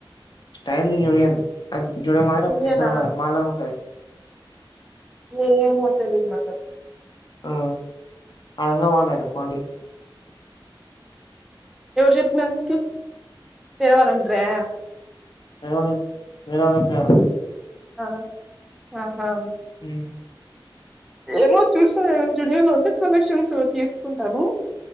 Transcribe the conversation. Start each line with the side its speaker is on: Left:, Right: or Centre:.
Left: స్టైలింగ్ యూనియన్ అది జుడే మాదిరి
Centre: యూనియనా
Left: పెద్ద మాల్ లాగా ఉంటది
Centre: ఏమో తెలియదున్నాకదు
Left: ఆ అనంగ వాడ ఎడ కోలి
Centre: ఎవరు చెప్పినారు నీకి తెరవాలంటారే
Left: వేరవని వేరన పేరు
Centre: ఆ ఆహా
Left: అ
Centre: ఏమో చూస్తాను నేను జూడియోలో ఉంటే కలెక్షన్స్ తీసుకుంటాను